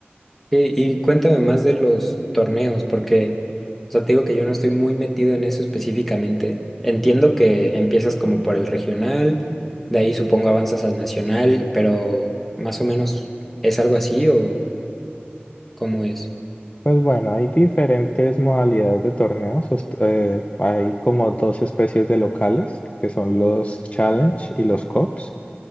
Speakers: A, in the centre; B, on the left.
A: y, y cuéntame más de los torneos, porque, o sea, te digo que yo no estoy muy metido en eso específicamente. Entiendo que empiezas como por el regional, de ahí supongo avanzas al nacional, pero más o menos es algo así o cómo es.
B: Pues bueno, hay diferentes modalidades de torneos. Ust- eh, hay como dos especies de locales, que son los Challenge y los Cups.